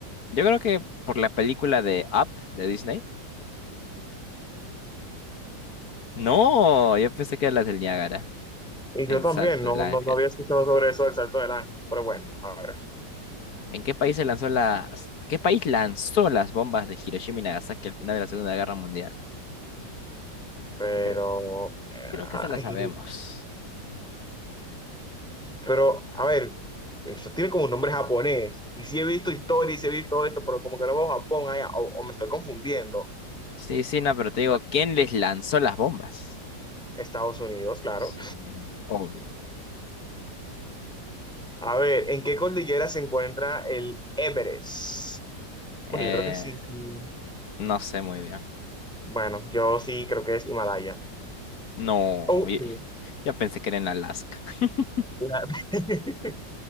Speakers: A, on the left; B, in the centre.
A: yo creo que por la película de Up de Disney. No, yo pensé que era la del Niágara,
B: Y
A: el
B: yo también,
A: salto
B: no,
A: del ángel.
B: no, no había escuchado sobre eso del Salto del Ángel, pero bueno, a ver,
A: ¿En qué país se lanzó las, qué país lanzó las bombas de Hiroshima y Nagasaki al final de la Segunda Guerra Mundial?
B: pero,
A: Creo,
B: eh,
A: creo que
B: ay,
A: se la sabemos.
B: pero, a ver, eso tiene como un nombre japonés, y sí he visto historia y sí he visto todo esto, pero como que no veo Japón allá, o, o me estoy confundiendo.
A: Sí, sí, no, pero te digo,
B: Bueno,
A: ¿quién les lanzó las bombas?
B: Estados Unidos, claro.
A: Sí, obvio.
B: A ver, ¿en qué cordillera se encuentra el Everest? Bueno,
A: Eh,
B: yo creo que sí, sí.
A: no sé muy bien.
B: Bueno, yo sí creo que es Himalaya.
A: No,
B: Oh,
A: y-
B: sí.
A: <laughs> ya pensé que era en Alaska. <laughs>
B: La- <laughs>